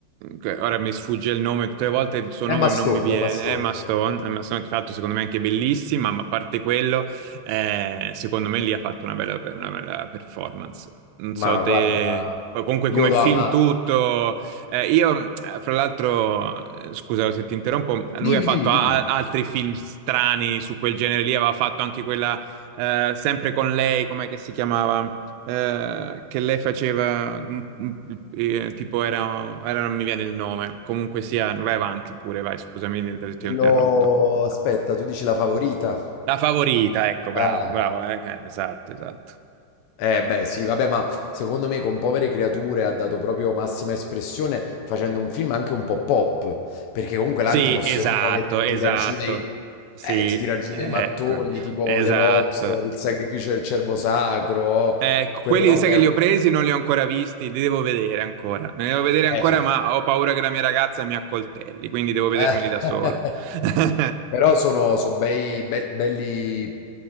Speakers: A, on the right; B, on the left.
A: Eh, Ora mi sfugge il nome, tutte le volte il suo
B: È
A: nome
B: Mastone,
A: non mi viene.
B: è Mastone.
A: Emma Stone, Emma Stone che ha fatto secondo me anche bellissima, ma a parte quello... Eh, secondo me lì ha fatto una bella, una bella performance. Non so
B: Ma
A: te,
B: guarda,
A: comunque
B: io
A: come
B: lo
A: film
B: amo.
A: tutto. Eh, io, eh, fra l'altro, eh, scusa se ti interrompo, lui
B: Dimmi,
A: ha fatto
B: dimmi,
A: a-
B: dimmi.
A: a- altri film strani su quel genere lì, aveva fatto anche quella, eh, sempre con lei, com'è che si chiamava? Eh, che lei faceva un- un- eh, tipo era, era- non mi viene il nome comunque sia vai avanti pure vai scusami se ti
B: Quello...
A: ho interrotto
B: Aspetta, tu dici la favorita?
A: la favorita, ecco, bravo,
B: Ah.
A: bravo, eh, che- esatto, esatto.
B: Eh beh sì, vabbè, ma secondo me con Povere Creature ha dato proprio massima espressione facendo un film anche un po' pop, perché comunque
A: Sì,
B: l'Antimos
A: esatto,
B: è uno che ti
A: esatto.
B: tira giù dei,
A: Sì,
B: eh, ti tira giù
A: ecco,
B: dei mattoni, tipo
A: esatto.
B: The Lobster, Il sacrificio del cervo sacro,
A: Ecco,
B: quelle
A: quelli
B: robe...
A: sai che li ho presi, non li ho ancora visti, li devo vedere ancora. Li devo vedere ancora,
B: Eh, so-
A: ma ho paura che la mia ragazza mi accoltelli, quindi devo vedermeli
B: Eh.
A: da solo.
B: <laughs>
A: <laughs>
B: Però sono, so bei, be- belli